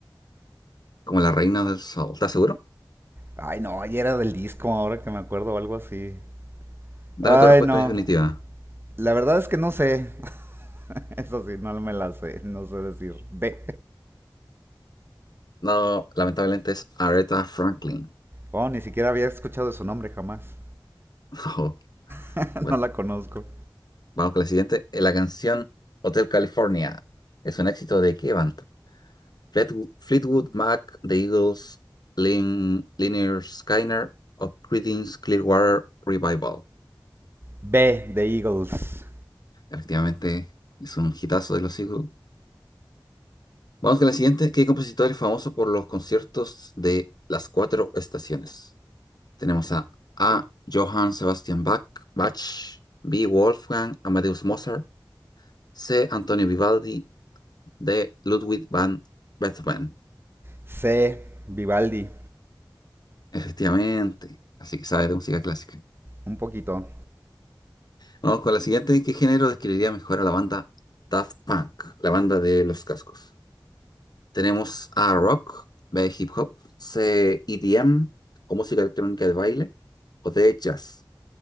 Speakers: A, on the left (about 55°); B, on the right (about 30°).
A: Como la reina del soul. ¿Estás seguro?
B: Ay, no, y era del disco, ahora que me acuerdo, o algo así. Ay,
A: Dame tu respuesta
B: no.
A: definitiva.
B: La verdad es que no sé. <laughs> Eso sí, no me la sé. No sé decir B.
A: No, lamentablemente es Aretha Franklin.
B: Oh, ni siquiera había escuchado su nombre jamás.
A: <laughs> Ojo.
B: <laughs>
A: Bueno,
B: No la conozco.
A: vamos con la siguiente. Eh, La canción Hotel California es un éxito de qué banda? Fleetwood, Fleetwood Mac, The Eagles, Lin, Lynyrd Skynyrd o Creedence Clearwater Revival.
B: B, The Eagles.
A: Efectivamente, es un hitazo de los siglos. Vamos con la siguiente. ¿Qué compositor es famoso por los conciertos de las cuatro estaciones? Tenemos a A. Johann Sebastian Bach, Bach, B. Wolfgang Amadeus Mozart, C. Antonio Vivaldi, D. Ludwig van Beethoven.
B: C, Vivaldi.
A: Efectivamente, así que sabes de música clásica.
B: Un poquito.
A: Vamos con la siguiente. ¿Qué género describiría mejor a la banda Daft Punk, la banda de los cascos? Tenemos a rock, de hip hop, C, EDM o música electrónica de baile, o de jazz.